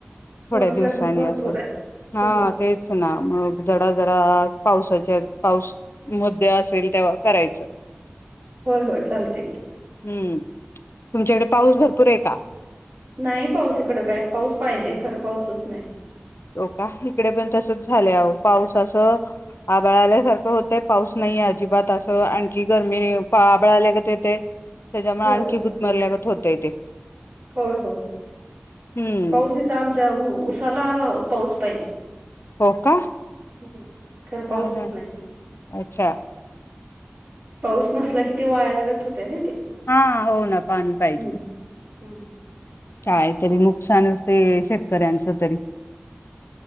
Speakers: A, on the right (about 50°); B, on the left (about 80°).
A: हो
B: थोड्या दिवसांनी
A: गरमी भरपूर
B: असं
A: आहे
B: हा
A: होय
B: तेच ना मग जरा जरा पावसाच्या पाऊस मध्ये असेल तेव्हा करायचं
A: होय होय चालते
B: हम्म तुमच्याकडे पाऊस भरपूर आहे का
A: नाही पाऊस इकडं काय पाऊस पाहिजे खरं पाऊसच नाही
B: हो का इकडे पण तसच झालेह पाऊस असं आबळाल्यासारखं होतंय पाऊस नाहीे अजिबात असं आणखी गरमी आबळाल्यागत येते त्याच्यामुळे
A: होय
B: आणखी गुदमरल्यागत होतेय ते
A: होय हो
B: हम्म.
A: पाऊस इथ आमच्या उसाला पाऊस पाहिजे
B: हो का
A: हम्म खरं पाऊसच
B: ह ह
A: नाही
B: अच्छा
A: पाऊस नसला की ते वाळगत होते ना ते
B: हा हो ना पाणी पाहिजे
A: हम्म हम्म
B: काय तरी नुकसानचते शेतकऱ्यांचं तरी